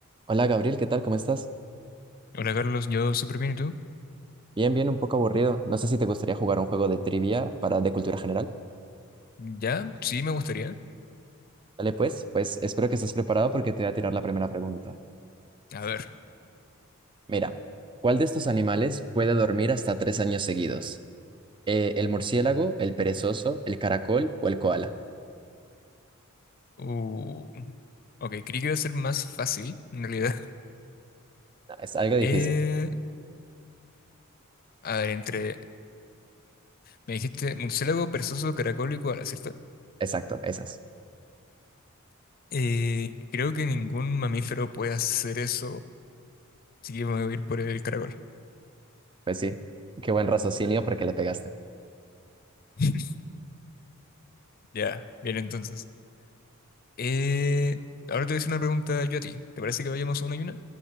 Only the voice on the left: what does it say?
Hola Carlos, yo súper bien, ¿y tú?
Ya, sí, me gustaría.
A ver,
uh, ok, creí que iba a ser más fácil, en realidad. <laughs>
Eh, a ver, entre, me dijiste murciélago, perezoso, caracol y koala, ¿cierto?
Eh, creo que ningún mamífero puede hacer eso, así que me voy a ir por el caracol.
<laughs> Ya, bien entonces. Eh, ahora te voy a hacer una pregunta yo a ti. ¿Te parece que vayamos a una y una?